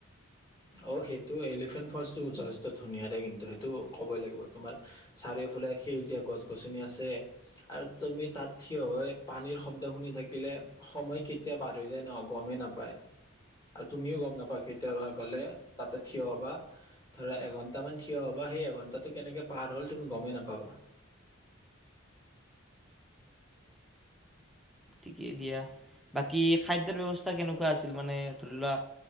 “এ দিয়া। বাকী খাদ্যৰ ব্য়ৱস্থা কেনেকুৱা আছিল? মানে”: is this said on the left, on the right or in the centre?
Centre